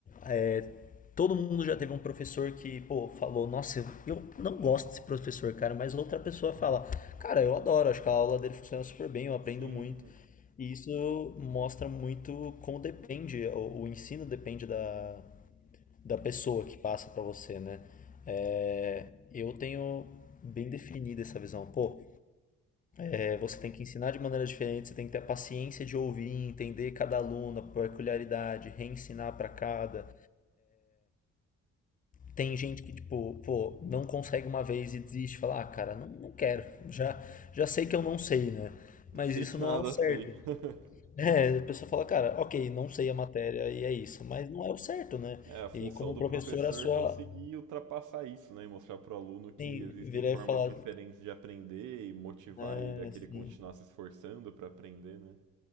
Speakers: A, on the left; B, on the right.
A: É, todo mundo já teve um professor que, pô, falou, nossa, eu, não gosto desse professor, cara, mas outra pessoa fala, cara, eu adoro, acho que a aula dele funciona super bem, eu aprendo
B: Sim,
A: muito. E isso mostra muito como depende, o, o ensino depende da, da pessoa que passa para você, né? É, eu tenho bem definida essa visão. Pô, é, Você tem que ensinar de maneira diferente, você tem que ter a paciência de ouvir, entender cada aluno, a peculiaridade, reensinar para cada. Tem gente que, tipo, pô, não consegue uma vez e desiste, fala, ah, cara, não, não quero, já, já sei que eu não sei, né?
B: <laughs>
A: Mas
B: sei
A: isso
B: que
A: não
B: nada
A: é o certo.
B: sei.
A: <laughs>
B: <laughs>
A: É, a pessoa fala, cara, ok, não sei a matéria e é isso, mas não é o certo, né?
B: É, a função
A: E como
B: do
A: professor,
B: professor
A: a sua.
B: é conseguir ultrapassar isso, né? E mostrar para o aluno que
A: Sim,
B: existem
A: virar
B: formas
A: e falar,
B: diferentes de aprender e motivar
A: né,
B: ele a querer
A: assim.
B: continuar se esforçando para aprender, né?